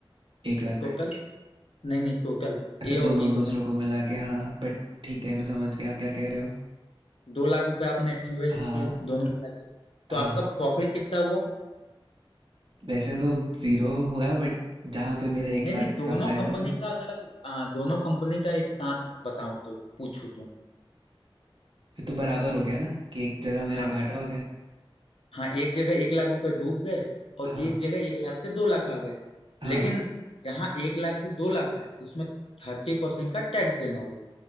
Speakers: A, on the right (about 60°); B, on the left (about 80°).
A: एक लाख
B: टोटल नहीं नहीं टोटल
A: अच्छा
B: ए
A: दोनों
B: और बी
A: दूसरों
B: दोनों
A: को मिला के हाँ बट ठीक है मैं समझ गया आप क्या कह रहे हो
B: दो लाख रुपए आपने इन्वेस्ट
A: हाँ
B: किया दोनों मिला के तो
A: हाँ
B: आपका प्रॉफिट कितना हुआ
A: वैसे तो जीरो हुआ बट जहाँ पे मेरा एक
B: नहीं
A: लाख
B: नहीं दोनों
A: का फायदा
B: कंपनी
A: हुआ
B: का अगर आ, दोनों कंपनी का एक साथ बताऊं तो पूछूं तो
A: फिर तो बराबर हो गया ना कि एक जगह मेरा
B: हाँ
A: घाटा हो गया
B: हाँ एक जगह एक लाख रुपए डूब गए और
A: हाँ
B: एक जगह एक लाख से दो लाख आ गए
A: हाँ
B: लेकिन यहाँ एक लाख से दो लाख है उसमें थर्टी परसेंट का टैक्स देना होगा